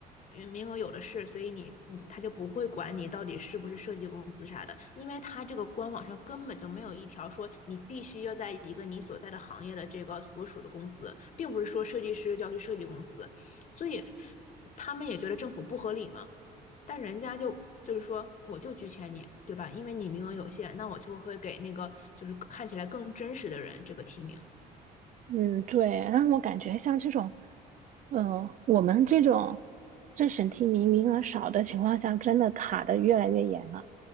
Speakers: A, on the left; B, on the right.
A: 嗯名额有的是，所以你你他就不会管你到底是不是设计公司啥的，因为他这个官网上根本就没有一条说你必须要在一个你所在的行业的这个所属的公司，并不是说设计师就要去设计公司。所以他们也觉得政府不合理嘛，但人家就就是说我就拒签你，对吧？因为你名额有限，那我就会给那个就是看起来更真实的人这个提名。
B: 嗯，对，让我感觉像这种，嗯、我们这种政审提名名额少的情况下，真的卡的越来越严了。